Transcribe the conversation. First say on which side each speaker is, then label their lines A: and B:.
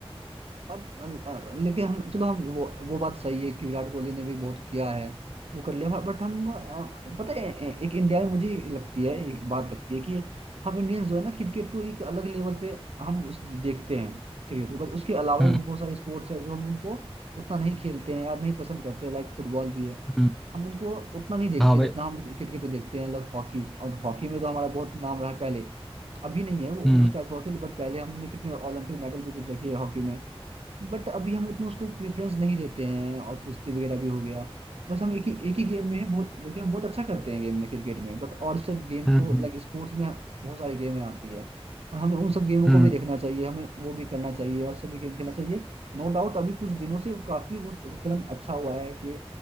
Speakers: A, on the right (about 70°); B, in the centre.
A: अब अ, लेकिन हम चलो हम वो वो बात सही है कि विराट कोहली ने भी बहुत किया है वो कर लिया बट हम अ, पता है ए- एक इंडिया में मुझे लगती है एक बात लगती है कि हम इंडियंस जो है ना क्रिकेट को एक अलग लेवल पे हम उस देखते हैं क्रिकेट को बट उसके अलावा
B: हम्म
A: भी बहुत सारे स्पोर्ट्स है जो हम उनको उतना नहीं खेलते हैं या नहीं पसंद करते हैं लाइक फुटबॉल भी है
B: हम्म
A: हम उनको उतना नहीं देखते
B: हाँ भाई
A: जितना हम क्रिकेट को देखते हैं लाइक हॉकी और हॉकी में तो हमारा बहुत नाम रहा है पहले अभी नहीं है वो
B: हम्म
A: वो उस टाइप का हॉकी बट पहले हमने कितने ओलंपिक मेडल भी जीत रखे हैं हॉकी में बट अभी हम उतना उसको प्रेफरेंस नहीं देते हैं और कुश्ती वगैरह भी हो गया बस हम एक ही एक ही गेम में हैं बहुत जो कि हम बहुत अच्छा करते हैं गेम में क्रिकेट में बट और सब गेम
B: हम्म
A: को
B: हम्म
A: लाइक स्पोर्ट्स में बहुत सारी गेमें आती है और हमें उन सब गेमों
B: हम्म
A: को भी
B: हम्म,
A: देखना चाहिए हमें वो भी करना चाहिए और सभी गेम खेलना चाहिए नो डाउट अभी कुछ दिनों से काफी वो चल- चलन अच्छा हुआ है कि